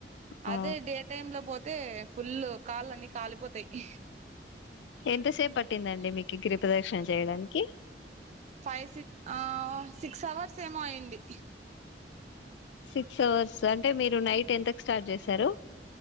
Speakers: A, on the left; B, on the right.
A: ఆ
B: అదే డే టైమ్ లో పోత్ తే ఫుల్లర్ కాళ్ళన్నీ కాలిపోతాయి <inaudible>
A: ఎంతసేపు పట్టిందండి మీకి గిరిపదక్షిణ చేయడానికి
B: ఫైవ్ సిక్ ఆ సిక్స్ అవర్స్ ఏమో అయింది
A: సిక్స్ అవర్స్ అంటే మీరు నైట్ ఎంతకు స్టార్ట్ చేశారు